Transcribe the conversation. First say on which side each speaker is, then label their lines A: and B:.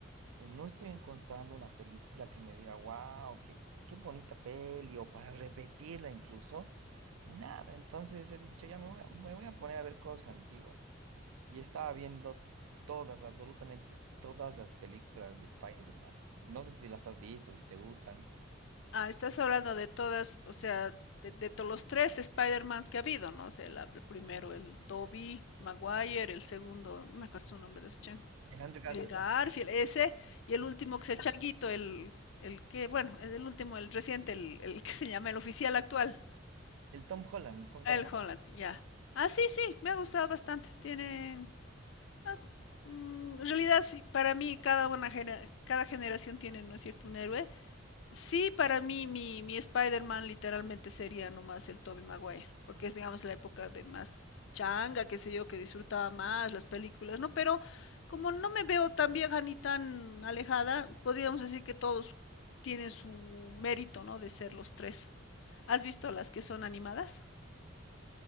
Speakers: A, on the right; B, on the left.
A: eh, no estoy encontrando una película que me diga, wow, qué, qué bonita peli, o para repetirla incluso. Nada, entonces he dicho, ya me voy a, me voy a poner a ver cosas antiguas. y estaba viendo todas, absolutamente todas las películas de Spider-Man. No sé si las has visto, si te gustan.
B: Ah, estás hablando de todas, o sea, de, de todos los tres Spider-Mans que ha habido, ¿no? O sea, la- el primero, el Toby Maguire, el segundo, no me acuerdo su nombre de ese chango.
A: El Andrew Garfield,
B: El Garfield, ese, y el último que es el changuito, el, el que, bueno, es el último, el reciente, el, el que se llama el oficial actual.
A: el Tom Holland, el Tom
B: El
A: Holland.
B: Holland, ya. Ah, sí, sí, me ha gustado bastante. Tienen... ah, mm, en realidad, sí, para mí cada, una genera- cada generación tiene, ¿no es cierto?, un héroe. Sí, para mí mi, mi Spider-Man literalmente sería nomás el Tobey Maguire, porque es, digamos, la época de más changa, qué sé yo, que disfrutaba más las películas, ¿no? Pero como no me veo tan vieja ni tan alejada, podríamos decir que todos tienen su mérito, ¿no?, de ser los tres. ¿Has visto las que son animadas?